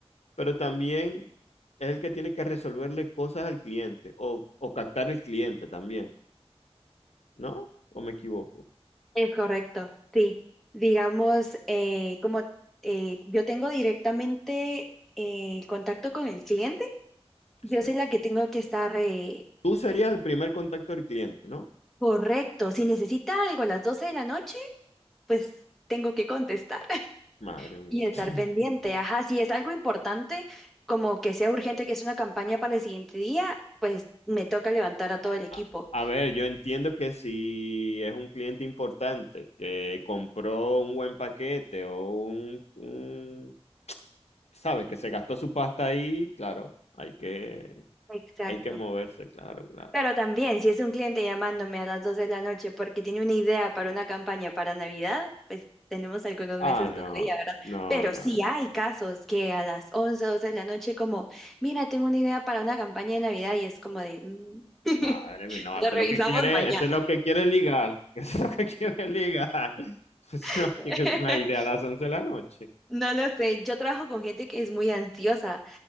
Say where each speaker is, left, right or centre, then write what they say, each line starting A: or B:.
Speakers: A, on the left; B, in the centre.
A: pero también es el que tiene que resolverle cosas al cliente o, o captar el cliente también, ¿no? ¿O me equivoco?
B: Es correcto, sí. Digamos, eh, como eh, yo tengo directamente eh, el contacto con el cliente,
A: Exacto.
B: yo soy la que tengo que estar eh,
A: Tú serías
B: eh,
A: el primer contacto del cliente, ¿no?
B: correcto. Si necesita algo a las 12 de la noche, pues tengo que contestar.
A: Madre mía.
B: Y estar
A: <laughs>
B: pendiente, ajá, si es algo importante, como que sea urgente, que es una campaña para el siguiente día, pues me toca levantar a todo el equipo.
A: A, a ver, yo entiendo que si es un cliente importante que compró un buen paquete o un, un- sabes, que se gastó su pasta ahí, claro, hay que,
B: Exacto.
A: hay que moverse, claro, claro.
B: Pero también, si es un cliente llamándome a las 2 de la noche porque tiene una idea para una campaña para Navidad, pues tenemos algunos
A: Ah,
B: meses
A: no,
B: todavía, ¿verdad?
A: no,
B: Pero
A: no.
B: sí hay casos que a las 11, 12 de la noche como, mira, tengo una idea para una campaña de Navidad y es como de, "Mm, <laughs>
A: Madre mía, no,
B: la
A: esto
B: revisamos
A: es lo que quiere,
B: mañana.
A: esto es lo que quiere ligar, <laughs> esto es lo que quiere ligar. <laughs> Esto es lo
B: <laughs>
A: que es una idea a las 11 de la noche.
B: No lo sé, yo trabajo con gente que es muy ansiosa